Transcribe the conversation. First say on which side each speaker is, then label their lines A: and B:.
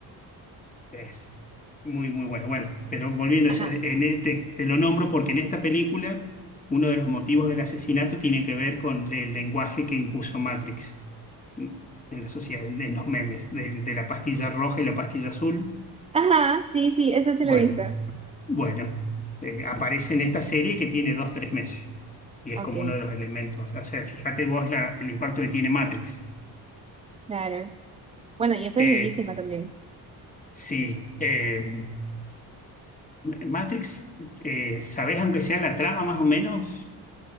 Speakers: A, on the left; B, on the right.
A: Es muy, muy bueno. Bueno, pero volviendo
B: Ajá,
A: a eso, en e- te, te lo nombro porque en esta película uno de los motivos del asesinato tiene que ver con el lenguaje que impuso Matrix en la sociedad, en los memes, del- de la pastilla roja y la pastilla azul.
B: Ajá, sí, sí, ese sí
A: Bueno.
B: lo he visto.
A: Bueno, eh, aparece en esta serie que tiene dos, tres meses. Y es
B: ok,
A: como uno de los elementos. O sea, fíjate vos la- el impacto que tiene Matrix.
B: claro. Bueno, y eso
A: Eh,
B: es lindísima también.
A: sí, eh, Matrix, eh, ¿sabés aunque sea la trama más o menos?